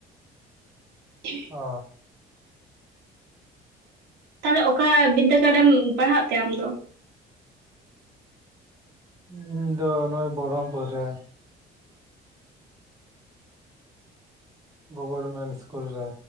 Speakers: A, on the right; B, on the right.
A: ᱦᱮᱸ
B: ᱚ
A: ᱛᱟᱦᱚᱞᱮ ᱚᱠᱟ ᱵᱤᱫᱽᱫᱟᱹᱜᱟᱲ ᱨᱮᱢ ᱯᱟᱲᱦᱟᱜ ᱛᱮ ᱟᱢ ᱫᱚ
B: ᱤᱧ ᱫᱚ ᱱᱚᱜᱼᱚᱭ ᱵᱚᱨᱚᱢᱯᱩᱨ ᱨᱮ ᱜᱚᱵᱷᱚᱨᱢᱮᱱᱴ ᱤᱥᱠᱩᱞ ᱨᱮ